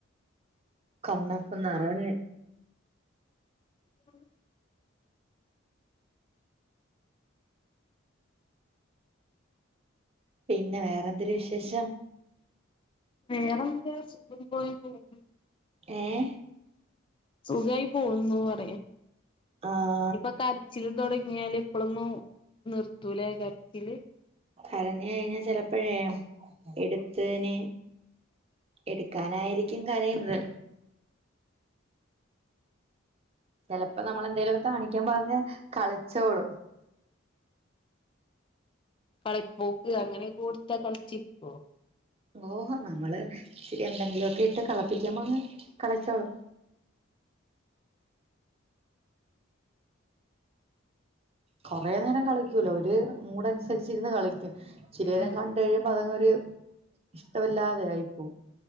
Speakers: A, on the right; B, on the left.
A: കണ്ണ് ഒക്കെനിറഞ്ഞ്
B: <unintelligible>
A: പിന്നെ വേറെന്തര് വിശേ ഷം
B: വേറെ എന്ത സുഖയി പോണ്
A: ഏയ്
B: സുഖകായി പോകുന്നു പറയ
A: ആഹ്
B: ഇഞ്പ്പൊ കരച്ചില് തുടങ്ങിയാല് ഇപ്പഴൊന്നും നിർത്തൂലേ കരച്ചില്
A: കരഞ് കഴിഞ്ഞാ ചിലപ്പോഴേ ഇടുത്തതിന് എടുക്കാനായിരിക്കും കരയുന്നത് ചിലപ്പോ നമ്മളെന്തേലുക്കെ കാണിക്കുമ്പോൾ അങ്ങ് കളിച്ചോളും
B: കളിപ്പോക്ക് അങ്ങനെ കൊടുത്താ കളിച്ചിപ്പോ
A: ഓഹോ നമ്മള് ഇിത്തിരി എന്തെങ്കിലുക്കെ ഇട്ട് കളപ്പിക്കുമ്പോ അങ്ങ് കളിച്ചോളും കൊറേ നേരം കളിക്കൂലാ ഒരു മൂടനുസരിച്ചിരുന്ന് കളിക്കും ഇച്ചിരി നേരം
B: ഉം
A: കണ്ട് കഴിയുമ്പോ അതങ്ങ് ഒരു ഇഷ്ടമല്ലാതെ ആയിപ്പോവും